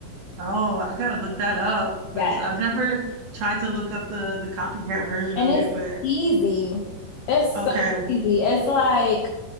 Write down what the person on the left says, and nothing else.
Yes.
And
it's
easy. It's so
easy. It's like